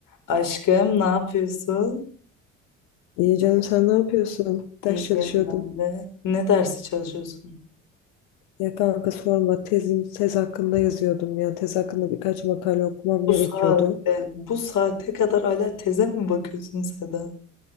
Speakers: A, on the left; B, on the left.
A: Aşkım ne yapıyorsun?
B: İyi canım sen ne yapıyorsun? Ders
A: İyiyim
B: çalışıyordum.
A: ben de. Ne dersi çalışıyorsun?
B: Ya kanka sorma tezim tez hakkında yazıyordum ya. Tez hakkında birkaç makale okumam
A: Bu
B: gerekiyordu.
A: saatte, bu saate kadar hala teze mi bakıyorsun Seda?